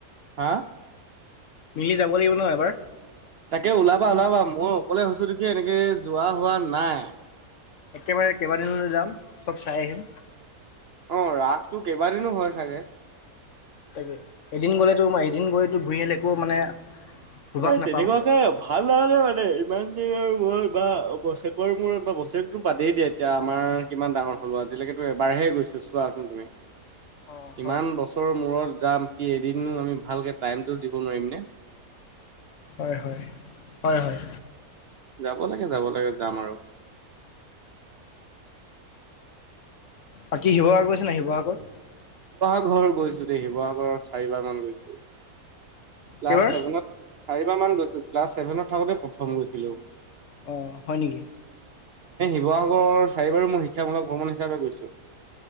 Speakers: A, on the right (about 60°); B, on the left (about 60°).
A: হা
B: মিলি যাব লাগিব নহ এবাৰ
A: তাকে ওলাবা ওলাবা মই অকলে হৈছো দেখি এনেকে যোৱা হোৱা নাই
B: একেবাৰে কেইবাদিনলৈ যাম চব চাই আহিম।
A: অহ, ৰাসটো কেইবাদিনো হয় চাগে।
B: তাকে এদিন
A: অ
B: গ'লেতো
A: তাকে
B: এদিন গৈতো ঘূৰি আহিলে একো মানে সুবাস
A: এই
B: নাপাম
A: তেনেকুৱাকে ভাল নালাগে মানে এ ইমান দিনৰ মূৰত বা বছৰেকৰ মূৰত বা বছৰেকৰটো বাদেই দিয়া এতিয়া আমাৰ কিমান ডাঙৰ হ'লো আজিলৈকে তো এবাৰহে গৈছো চোৱাচোন তুমি।
B: অঁ হয়
A: ইমান বছৰৰ মূৰত যাম কি এদিননো আমি ভালকে টাইমটো দিব নোৱাৰিমনে।
B: হয় - হয় - হয় - হয়
A: যাব লাগে -যাব লাগে যাম আৰু।
B: বাকী শিৱসাগৰ গৈছা নাই শিৱসাগৰ?
A: শিৱসাগৰ গৈছো দেই শিৱসাগৰৰ চাৰিবাৰ মান গৈছো ক্লাছ
B: কেইবাৰ
A: ছেভেনত চাৰিবাৰ মান গৈছিলো ক্লাছ ছেভেনত থাকোতে প্ৰথম গৈছিলো।
B: অঁ হয় নেকি।
A: শিৱসাগৰৰ চাৰিবাৰ মই শিক্ষামূলক ভ্ৰমণ হিচাপে গৈছোঁ।